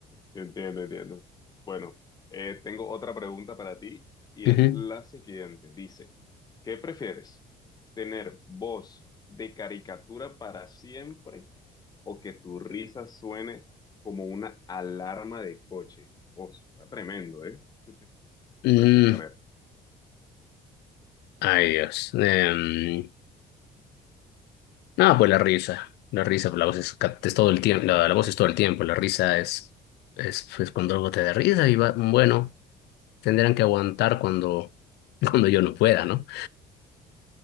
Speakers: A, on the left; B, on the left.
A: Entiendo, entiendo. Bueno, eh, tengo otra pregunta para ti y
B: Ujú.
A: es la siguiente. Dice, ¿qué prefieres? ¿Tener voz de caricatura para siempre o que tu risa suene como una alarma de coche? Oh, está tremendo, ¿eh?
B: Mm,
A: ¿Qué prefieres? A ver.
B: ay, Dios. Em, no, pues la risa. La risa, pues la voz es, ca- es todo el tiempo. La, la voz es todo el tiempo. La risa es, es, pues, cuando algo te da risa y va, bueno. tendrán que aguantar cuando, <laughs> cuando yo no pueda, ¿no?